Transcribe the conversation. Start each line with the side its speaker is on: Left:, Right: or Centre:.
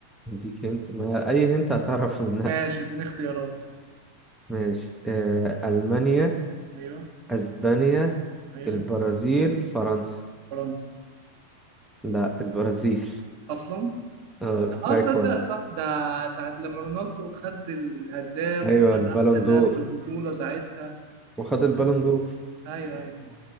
Centre: اديك هنت ما اي هنت هتعرف منها
Right: ماشي اديني اختيارات
Centre: ماشي أه ألمانيا
Right: ايوه
Centre: اسبانيا
Right: ايوه
Centre: البرازيل فرنسا
Right: فرنسا
Centre: لا البرازيل
Right: اصلا
Centre: <laughs> اه سترايك
Right: اه تصدق
Centre: وانا
Right: صح ده ساعة لما رونالدو خد الهداف
Centre: ايوه
Right: وخد
Centre: البالون
Right: احسن
Centre: دور
Right: لاعب في البطولة ساعتها
Centre: وخد
Right: وخلاص
Centre: البالون دور
Right: ايوه ايوه